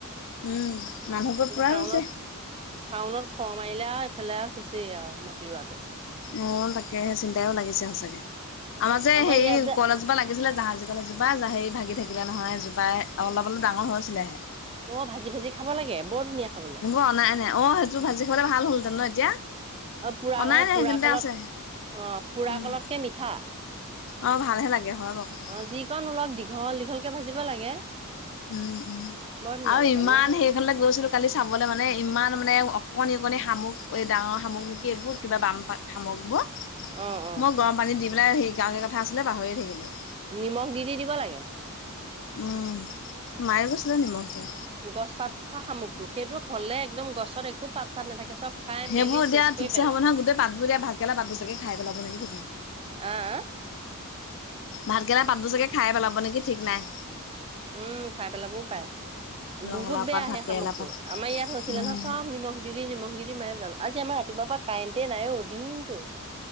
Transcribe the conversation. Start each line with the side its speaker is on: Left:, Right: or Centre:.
Left: উম মানুহবোৰ পুৰা
Right: শাওনত
Left: ৰুইছে।
Right: শাওনত খৰ মাৰিলে আৰু এইফালে আৰু শেষেই আৰু মাটি ৰোৱাটো।
Left: অ তাকেহে চিন্তাইও লাগিছে সচাকৈ
Right: তাকে
Left: আমাৰ হে হেৰি
Right: ইয়াত যে
Left: কল এজোপা লাগিছিল জাহাজী কল ভাগি থাকিলে নহয় জোবাই অলপ অলপ ডাঙৰ হৈছিলেহে।
Right: অ ভাজি ভাজি খাব লাগে বৰ ধুনীয়া খাবলৈ।
Left: অ নাই নাই অ সেইবোৰ ভাজি খাব ভাল হ'লহতেন ন এতিয়া।
Right: অ পুৰা
Left: অনাই নাই সেইখিনিতে
Right: কলত
Left: আছে উম
Right: কৈ মিঠা।
Left: অ ভালহে লাগে হয় বাৰু। কথাটো।
Right: অ যিকণ অলপ দীঘল দীঘলকে ভাজিব লাগে।
Left: উম উম
Right: বৰ ধুনীয়া
Left: আৰু
Right: লাগে
Left: ইমান
Right: মই
Left: সে এখনৈ গৈছিলো কালি চাবলৈ মানে ইমান মানে অকণি অকণি শামুক এই ডাঙৰ শামুক নেকি এইবোৰ কিবা বাম পাম শামুকবোৰ
Right: অ অ
Left: মই গৰম পানী দি পেলাই হেৰি গাৱকে কথা আছিলে পাহৰিয়ে থাকিলো।
Right: নিমখ দি দি দিব লাগে।
Left: উম মায়ে কৈছিল নিমখ দিয়ে।
Right: গছ পাত খোৱা শামুকটো সেইটো হলে একদম গছত একো পাত চাত নাথাকে চব খাই
Left: সেইবোৰ
Right: মেলি
Left: এতিয়া
Right: চেচ কৰি
Left: ঠিকছে
Right: পেলাই
Left: হব নহয়, গোতে পাত বোৰ এতিয়া ভাতকেৰেলা ভালে পাতবোৰ চাগে খাই পেলাব নেকি।
Right: আহ
Left: ভাত কেৰেলা পাতবোৰ ছাগে খাই পেলাব নেকি ঠিক নাই।
Right: উম খাই পেলাবও পায়।
Left: ৰঙালাও
Right: বহুত বেয়া
Left: পাত ভাতকেৰেলা
Right: হেই শামুকটো
Left: পাত
Right: আমাৰ ইয়াত হৈছিলে
Left: উম
Right: নহয় চব নিমখ দি দি নিমখ দি দি মাৰি পেলালো আজি আমাৰ ৰাতিপুৱাৰ পৰা কাৰেণ্টে নাই অ দিনটো